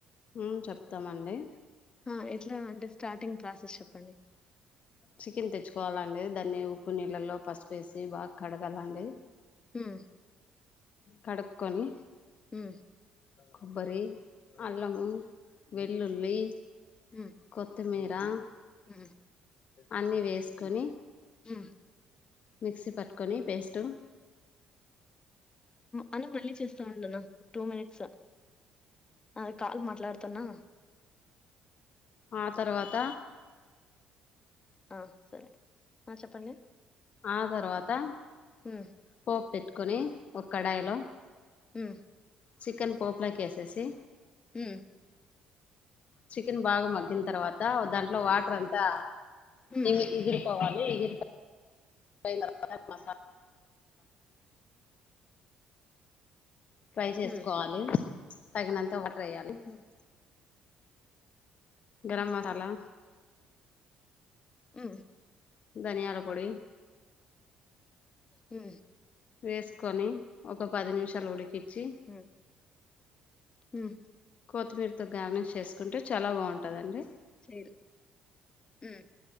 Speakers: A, on the left (about 45°); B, on the left (about 25°).
A: మ్మ్ చెప్తామండి
B: మ్మ్ ఎట్లా అంటే స్టార్ట్ టింగ్ క్లాసెస్ చెప్పండి
A: చికెన్ తెచ్చుకోవాలండి దాన్ని ఉప్పు నీళ్ళలో పసుపేసి బాగా కడగాలండి
B: మ్మ్
A: కడుక్కొని
B: మ్మ్
A: కొబ్బరి అల్లము వెల్లుల్లి
B: మ్మ్
A: కొత్తిమీరా
B: మ్మ్
A: అన్ని వేసుకొని
B: ఆ
A: మిక్సీ పట్టుకొని పేస్ట్
B: అని మళ్ళీ చేస్తా ఉండన్న టూ మినిట్స్ అ కాల్ మాట్లాడుతాన్నా
A: ఆ తర్వాత
B: ఆ సరే ఆ చెప్పండి
A: ఆ తర్వాత
B: ఉమ్
A: పోపు పెట్టుకుని ఒక కడాయిలో
B: హ
A: చికెన్ పోప్లాకెసేసి
B: హ
A: చికెన్ బాగా మగ్గిన తర్వాత దాంట్లో వాటర్ అంతా
B: ఉమ్
A: ఇగిరుపోవాలి ఈగిరు మసాలా ట్రై చేసుకోవాలి
B: ఉమ్
A: తగినంత ఒ ట్రాలి
B: ఉమ్
A: గరం మసాలా
B: ఆ
A: ధనియాల పొడి
B: ఆ
A: వేసుకొని ఒక పది నిమిషాలు ఉడికి జి
B: ఉమ్ ఉమ్
A: కొత్తిమీరతో గార్నిష్ చేసుకుంటే చాలా బాగుంటదండి
B: చైర్ అ